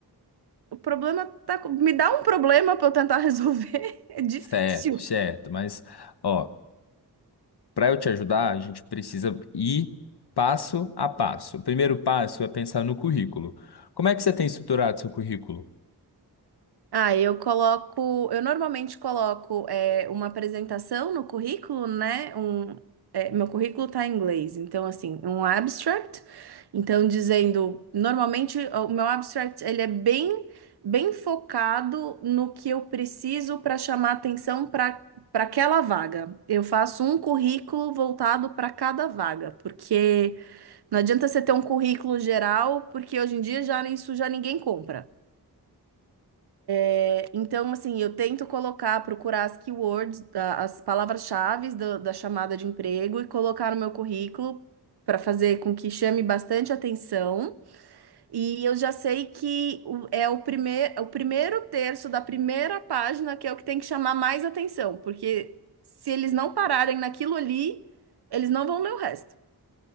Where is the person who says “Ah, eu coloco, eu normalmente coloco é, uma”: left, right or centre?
Right